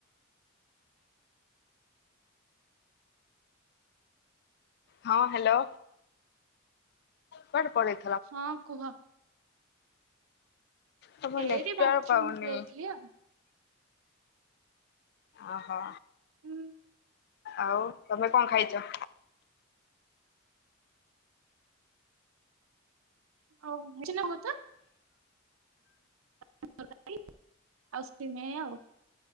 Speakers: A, on the left; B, on the right.
A: ହଁ ହ୍ୟାଲୋ, କୁଆଡେ ପଳେଇ
B: ହଁ କୁହ।
A: ତମ
B: ଏଇଠି
A: ନେଟୱାର୍କ
B: ବାଥରୁମ୍
A: ପାଉନି।
B: କୁ ଯାଇଥିଲି ଆଉ।
A: ଓହୋ,
B: ହୁଁ
A: ଆଉ ତୋମେ କଣ ଖାଇଛ?
B: ଆଉ <inaudible> କଥା <inaudible> ଆଉ ସିମେଇ ଆଉ।